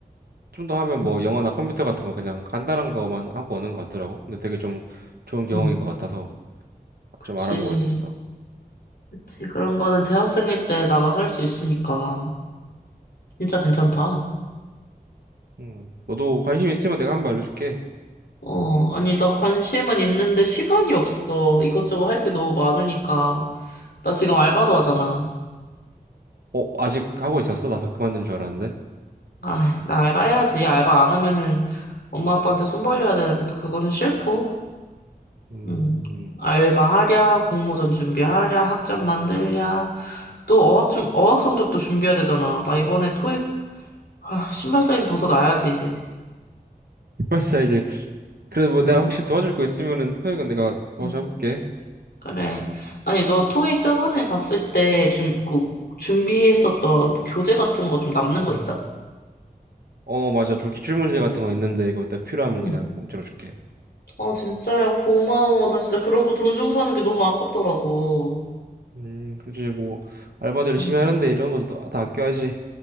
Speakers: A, on the right; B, on the left.
A: 좀 더 하면
B: 음,
A: 뭐 영어나 컴퓨터 같은 거 그냥 간단한 거만 하고 오는 것 같더라고. 근데 되게 좀 좋은 경험인
B: 음.
A: 것 같아서
B: 그치.
A: 좀 알아보고 있었어.
B: 그치. 그런 거는 대학생일 때 나가서 할 수 있으니까. 진짜 괜찮다.
A: 음, 너도 관심 있으면 내가 한번 알려줄게.
B: 어, 아니, 나 관심은 있는데 시간이 없어. 이것저것 할 게 너무 많으니까. 나 지금 알바도 하잖아.
A: 어, 아직 하고 있었어? 나 다 그만둔 줄 알았는데.
B: 아, 나 알바 해야지. 알바 안 하면은 엄마 아빠한테 손 벌려야 되는데 또 그거는 싫고.
A: 음,
B: 음. 알바하랴, 공모전 준비하랴, 학점 만들랴. 또 어학 좀 어학 성적도 준비해야 되잖아. 나 이번에 토익 아, 신발 사이즈 벗어나야지 이제.
A: <laughs> 벌써 이제 그래도 뭐
B: 음.
A: 내가 혹시 도와줄 거 있으면은 토익은 내가 도와줘볼게.
B: 음. 그래.
A: 음.
B: 아니, 너 토익 저번에 봤을 때 준, 그, 준비했었던 뭐 교재 같은 거 좀 남는 거 있어?
A: 어, 맞아. 좀 기출 문제 같은 거 있는데 이거 내 필요하면
B: 응,
A: 그냥 공짜로 줄게.
B: 아, 진짜야, 고마워. 나 진짜 그런 거 돈 주고 사는 게 너무 아깝더라고.
A: 음, 그렇지 뭐 알바들 열심히
B: 응.
A: 하는데 이런 것도 다, 다 아껴야지.